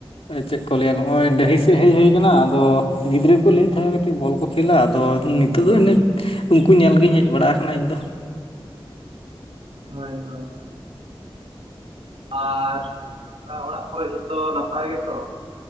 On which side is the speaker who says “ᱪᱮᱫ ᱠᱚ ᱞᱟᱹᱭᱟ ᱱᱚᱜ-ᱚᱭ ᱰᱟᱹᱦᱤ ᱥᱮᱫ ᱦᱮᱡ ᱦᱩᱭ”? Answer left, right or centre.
Left